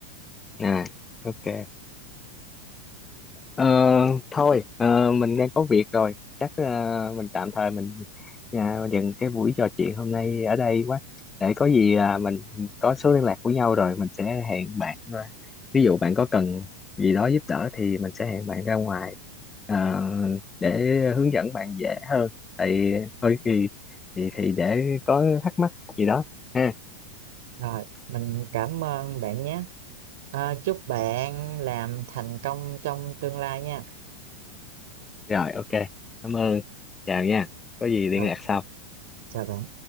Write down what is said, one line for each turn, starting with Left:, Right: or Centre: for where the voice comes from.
Left: à ok Ờ, thôi ờ, mình đang có việc rồi chắc ờ, mình tạm thời mình à, dừng cái buổi trò chuyện hôm nay ở đây quá để có gì à, mình có số liên lạc của nhau rồi mình sẽ hẹn bạn ra. ví dụ bạn có cần gì đó giúp đỡ thì mình sẽ hẹn bạn ra ngoài ờ, để hướng dẫn bạn dễ hơn thì thôi thì thì, thì để có thắc mắc gì đó ha
Right: rồi mình cảm ơn bạn nhé À, chúc bạn làm thành công trong tương lai nha
Left: rồi ok cảm ơn chào nha có gì liên
Right: rồi
Left: lạc sau
Right: chào bạn